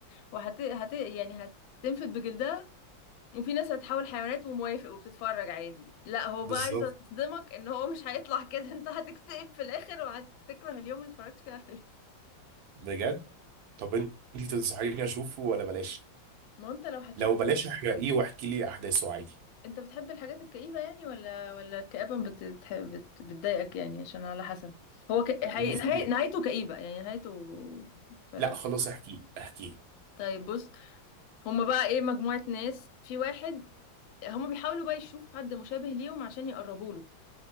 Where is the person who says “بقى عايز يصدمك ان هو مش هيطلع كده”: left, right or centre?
Left